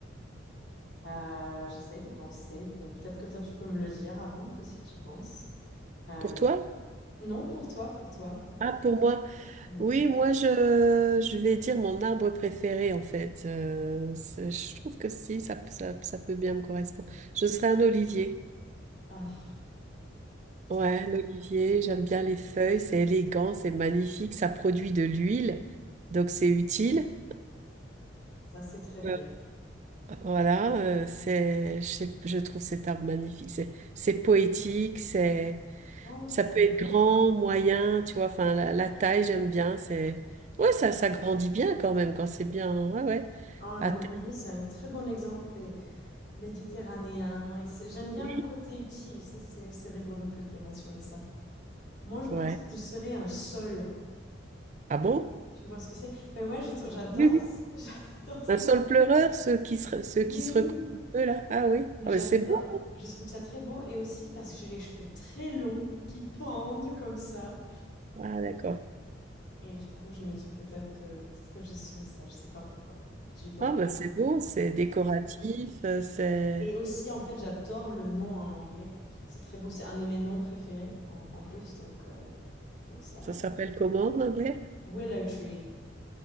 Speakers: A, on the left (about 60°); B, on the right (about 40°).
A: euh, j'essaye de penser. Bon, peut-être que toi, tu peux me le dire avant que si tu y penses. Euh,
B: Pour toi?
A: non, pour toi, pour toi.
B: Ah, pour moi.
A: Hmm.
B: Oui, moi je, je vais dire mon arbre préféré en fait. Euh, c'est- je trouve que si, ça, ça, ça peut bien me correspondre. Je serais un olivier.
A: Ah, ça
B: Ouais, un olivier, j'aime bien les feuilles, c'est élégant, c'est magnifique, ça produit de l'huile, donc c'est utile.
A: Ça, c'est très vrai.
B: Ouais. Voilà, euh, c'est, je, sais- je trouve cet arbre magnifique. C'est c'est poétique, c'est
A: Oh,
B: Ça
A: c'est
B: peut
A: un,
B: être grand, moyen, tu vois, enfin la, la taille, j'aime bien, c'est ouais, ça ça grandit bien quand même quand c'est bien. Ouais ouais.
A: oh, un
B: À terme,
A: olivier, c'est un très bon exemple et méditerranéen. Et c'est- j'aime bien
B: oui.
A: le côté utile. Ça, c'est c'est rigolo que tu aies mentionné ça. Moi, je pense
B: Ouais.
A: que je serais un sol.
B: Ah bon?
A: Tu vois ce que c'est? Ben ouais, je trou- j'adore,
B: Oui, oui.
A: <laughs> j'adore ces
B: Un sol
A: gens.
B: pleureur, ceux qui se ceux
A: Mais
B: qui se
A: oui,
B: recouvrent un peu là. Ah oui.
A: mais
B: Ah
A: j'adore.
B: ben, c'est beau.
A: Je trouve ça très beau et aussi parce que j'ai les cheveux très longs qui pendent comme ça.
B: Ah d'accord.
A: Et du coup, je me dis peut-être que, peut-être que je serais ça. Je sais pas pourquoi. J'y pense.
B: Ah ben c'est beau, c'est décoratif, euh, c'est
A: Et aussi, en fait, j'adore le nom en anglais. C'est très beau. C'est un de mes noms préférés en, en plus. Donc, euh, donc ça.
B: ça s'appelle comment en anglais?
A: Willow Tree.